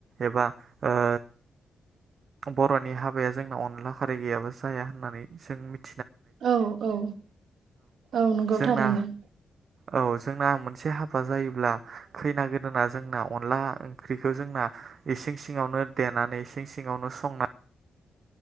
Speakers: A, on the right (about 45°); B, on the right (about 65°).
A: एबा ओ बर'नि हाबाया जोंना अनला खारैै गैयाब्ला जाया होननानै जों मिथ
B: औ औ औ नंगौ
A: जोंना
B: थारैनो।
A: औ जोंना मोनसे हाबा जायोब्ला खैना गोदोना जोंना अनला ओंख्रिखौ जोंना इसिं सिङावनो देनानै इसिं सिङावनो संनानै